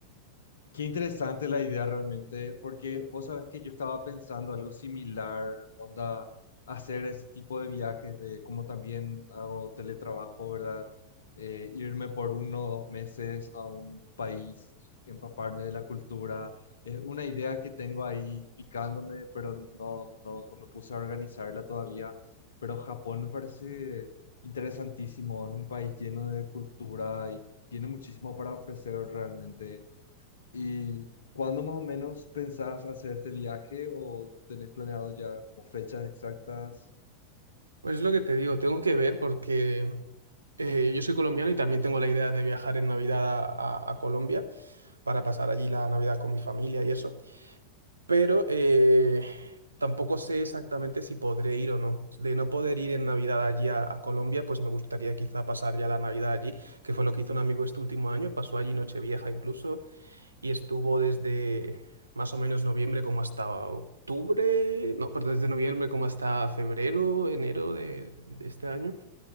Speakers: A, on the left; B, on the right.
A: Qué interesante la idea realmente, porque vos sabés que yo estaba pensando algo similar, onda, hacer ese tipo de viajes, de como también hago teletrabajo, ¿verdad? Eh, irme por uno o dos meses a un país y empaparme de la cultura. Es una idea que tengo ahí picándome, pero no, no, no me puse a organizarla todavía. Pero Japón me parece interesantísimo, es un país lleno de cultura y tiene muchísimo para ofrecer realmente. ¿Y cuándo más o menos pensás hacer este viaje o tenés planeado ya como fechas exactas?
B: Pues es lo que te digo, tengo que ver porque Eh, yo soy colombiano y también tengo la idea de viajar en Navidad a, a- a Colombia para pasar allí la Navidad con mi familia y eso. Pero eh, tampoco sé exactamente si podré ir o no. De no poder ir en Navidad allí a, a Colombia, pues me gustaría quizá pasar ya la Navidad allí, que fue lo que hizo un amigo este último año. Pasó allí Nochevieja incluso y estuvo desde más o menos noviembre como hasta octubre, no, perdón, desde noviembre como hasta febrero, enero de de este año.